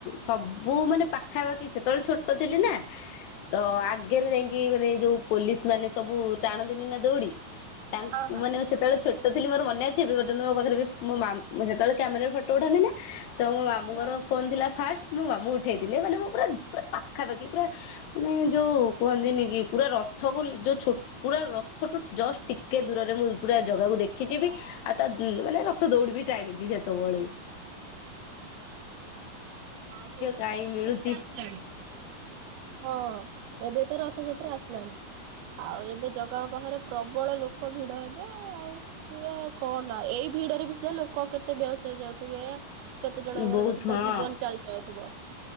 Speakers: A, on the left; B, on the right.
A: ସବ ବୁ ମାନେ ପାଖାପାଖି ସେତେବେଳେ ଛୋଟ ଥିଲି ନା? ତ ଆଗରେ ଯାଇକି ମାନେ ଯୋଉ ପୋଲିସ ମାନେ ସବୁ ଟାଣନ୍ତିନି ନା ଦୌଡି? ତାଙ୍କ
B: ହଁ ହଁ।
A: ମାନେ ସେ <unintelligible> ସେତେବେଳେ ଛୋଟ ଥିଲ ମୋର ମନେ ଅଛି ଏବେ ପର୍ଯ୍ୟନ୍ତ ମୋ ପାଖରେ ବି ମୋ ମା ସେତେବେଳେ କ୍ୟାମେରେ ଫଟୋ ଉଠାନ୍ତି ନା? ତ ମୋ ମାମୁଙ୍କର
B: ହଁ।
A: ଫୋନ୍ ଥିଲା ଫାଷ୍ଟ ମୋ ମାମୁଁ ଉଠେଇଥିଲେ ମାନେ ମୁଁ ପୁରା ପୁରା ପାଖାପାଖି ପୁରା ମାନେ ଯୋଉ କୁହନ୍ତିନି କି ପୁରା ରଥକୁ ଯୋଉ ଛୋ ପୁରା ରଥଠୁ ଜଷ୍ଟ ଟିକେ ଦୂରରେ ମୁଁ ପୁରା ଜାଗାକୁ ଦେଖିଛି ବି। ଆଉ ତା ମାନେ ରଥ ଦୌଡିିବି ଟାଣିଛି ସେତବଳେ।
B: ହଁ ହଁ ଆଉ ଏବେ?
A: କାହିଁ
B: ରଥଯାତ୍ରା
A: ମିଳୁଛି
B: ଆସିଲାଣି ହଁ ଏବେ ଏବେ ତ ରଥଯାତ୍ରା ଆସିଲାଣି ଆଉ ଏବେ ଜଗାଙ୍କ ପାଖରେ ପ୍ରବଳ ଲୋକ ଭିଡ ହେବେ ଆଉ? ତୁ ଆଉ କହାନା ଏଇ ଭିଡରେ ଭିତରେ ଲୋକ କେତେ ବେହସ ହେଇଯାଉଥିବେ। କେତେ ଜଣଙ୍କର
A: ବହୁତ
B: ବି ସୁଧା
A: ହଁ
B: ଜୀବନ ଚାଲିଯାଉଥୁବ।